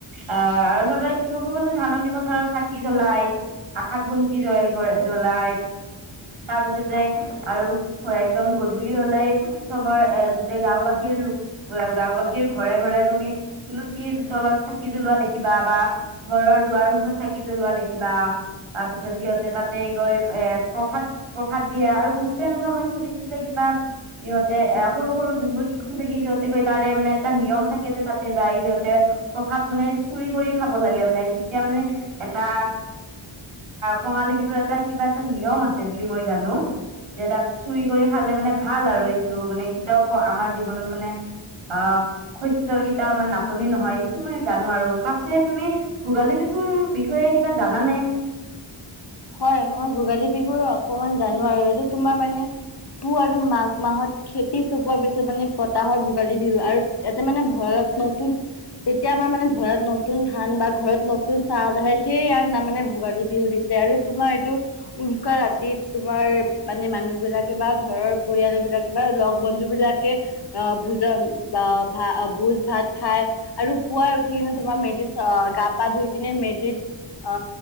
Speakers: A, on the right; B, on the left.
A: অ আৰু চব কৃষসকলে ধান ৰ চাকি জ্বলাই আকাশ বন্তি জ জ্বলাই। তাৰ পিছতে আৰু একদম গধূলি হলেই চবৰ এ গোটেই গাঁওবাসী গাঁওবাসীৰ ঘৰে ঘৰে তুমি তুলসীৰ তলত চাকি জ্বলোৱা দেখিবা বা ঘৰৰ দুৱাৰ মুখত চাকি জ্বলোৱা দেখিবা। তাৰ পিছত সিহঁতে তাতে গৈ এ প্ৰসাদ প্ৰসাদ দিয়ে আৰু বহুতে এনেকুৱা মই শুনিছো যে, কিবা সিহঁতে এ সৰু সৰু যোনবোৰ শিশু থাকে সিহঁতে গৈ তাৰে মানে এটা নিয়ম থাকে তাতে যায়। সিহঁতে প্ৰসাদ মানে চুৰি কৰি খাব লাগে, মানে তেতিয়া মানে এটা কঙালী বিহুৰ এটা কিবা এটা নিয়ম আছে বুলি মই জানো। যে তাত চুৰি কৰি খালে মানে ভাল আৰু সেইটো মানে কি কয় আমাৰ জীৱনত মানে আহ। শস্যৰ কেইটা আমাৰ নাটনি নহয়। সেইটো মই জানো আৰু পাছে তুমি ভোগালী বিহুৰ বিষয়ে কিবা জানানে?
B: হয় মই বিহু অকমান জানো আৰু এইটো তোমাৰ মানে। পুহ আৰু মাঘ মাহত খেতি চপোৱাৰ পিছত মানে পতাহৰ ভোগালী। বিহু আৰু ইয়াতে মানে ভঁৰালত নতুন। তেতিয়া আমাৰ মানে ভৰাৰত নতুন ধান বা ঘৰত নতুন চাহ আহে সেইয়ে ইয়াৰ মানে ভোগালী বিহু দিছে। আৰু তোমাৰ এইটো উৰুকা ৰাতিত তোমাৰ মানে মানুহ বিলাকে বা ঘৰৰ পৰিয়াল। বা লগ বন্ধু বিলাকে অ ভোজন। বা ভা ভোজ ভাত খাই আৰু পুৱাই উঠি কিনে তোমাৰ মেজি গা পা ধুই কিনে,। মেজি - অ